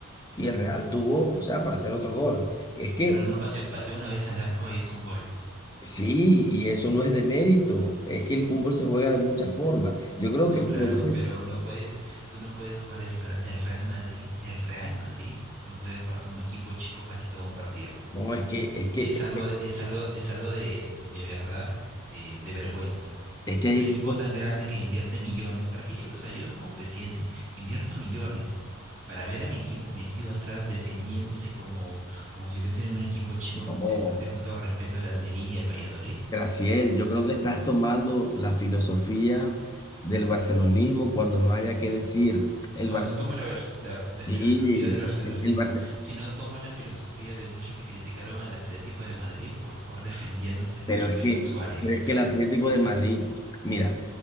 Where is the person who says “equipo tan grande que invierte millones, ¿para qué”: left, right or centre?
Right